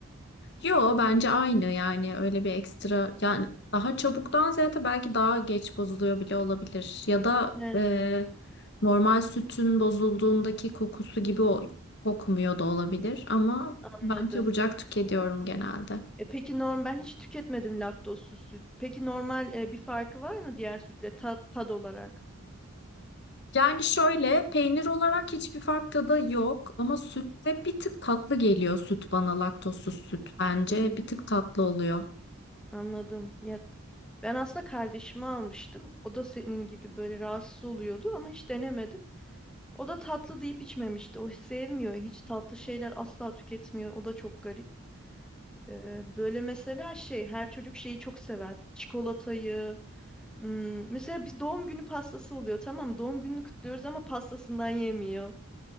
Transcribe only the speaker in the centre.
He,
anladım.
E, peki norm ben hiç tüketmedim laktozsuz süt. Peki normal e, bir farkı var mı diğer sütle tat, tad olarak?
Hmm,
anladım. Ya, ben aslında kardeşimi almıştım. O da senin gibi böyle rahatsız oluyordu ama hiç denemedim. O da tatlı deyip içmemişti. O sevmiyor. Hiç tatlı şeyler asla tüketmiyor. O da çok garip. Ee, böyle mesela şey her çocuk şeyi çok sever. Çikolatayı. hmm, mesela biz doğum günü pastası oluyor. Tamam doğum gününü kutluyoruz ama pastasından yemiyor.